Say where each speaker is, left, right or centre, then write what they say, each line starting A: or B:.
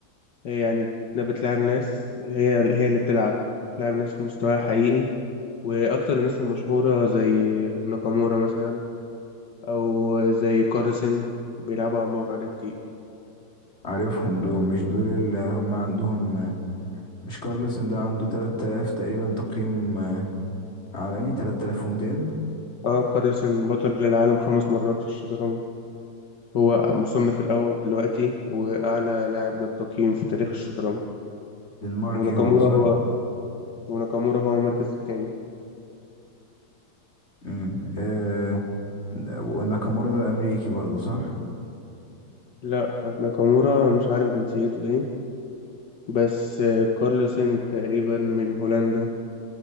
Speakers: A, on the left; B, on the left.
A: يعني بتلعب ناس هي هي اللي بتلعب بتلعب ناس في مستوى حقيقي وأكتر الناس المشهورة زي ناكامورا مثلا أو زي كارلسن بيلعبوا على الموقع ده كتير
B: عارفهم دول مش دول اللي هم عندهم مش كارلسن ده عنده 3000 تقريبا تقييم آه، عالمي 3200
A: اه كارلسن بطل العالم خمس مرات في الشطرنج هو مصنف الأول دلوقتي وأعلى لاعب جاب تقييم في تاريخ الشطرنج
B: دنماركي
A: وناكامورا
B: هو صح
A: هو وناكامورا هو المركز التاني
B: امم آه وناكامورا ده امريكي برضه صح
A: لا ناكامورا مش عارف جنسيته ايه بس آه، كارلسن تقريبا من هولندا